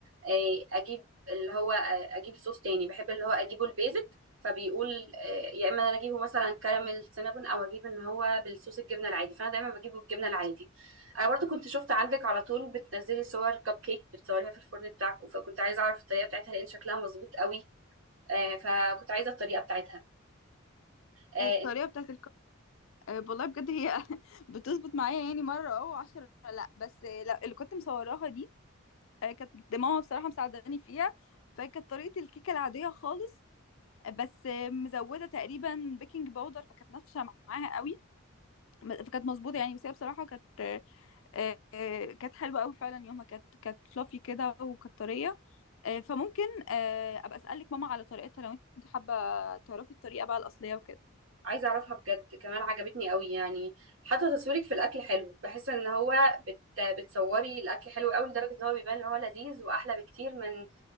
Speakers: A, on the right (about 70°); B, on the left (about 70°).
A: آه، اجيب اللي هو آه، اجيب صوص تاني بحب اللي هو اجيبه البيزك فبيقول آه، يا اما انا اجيبه مثلا كراميل سينابون او اجيب ان هو بالصوص الجبنه العادي فانا دايما بجيبه الجبنه العادي انا برضو كنت شفت عندك على طول بتنزلي صور كب كيك بتصوريها في الفرن بتاعك فكنت عايزه اعرف الطريقه بتاعتها لان شكلها مظبوط قوي آه، فكنت عايزه الطريقه بتاعتها آه،
B: الطريقه بتاعت الك... آه، والله بجد هي <laughs> بتظبط معايا يعني مره او عشرة لا بس آه، لا اللي كنت مصوراها دي آه، كانت ماما بصراحه مساعداني فيها فكانت طريقه الكيكه العاديه خالص آه، بس آه، مزوده تقريبا بيكنج باودر فكانت نافشه معاها قوي م- فكانت مظبوطه يعني بس هي بصراحه كانت آه، آه، كانت حلوة قوي فعلا يومها كانت كانت فلافي كده وكانت طرية آه، فممكن آه، ابقى اسألك ماما على طريقتها لو انت حابة تعرفي الطريقة بقى الأصلية وكده
A: عايزة أعرفها بجد كمان عجبتني قوي يعني حتى تصويرك في الأكل حلو بحس إن هو بت... بتصوري الأكل حلو قوي لدرجة إن هو بيبان إن هو لذيذ وأحلى بكتير من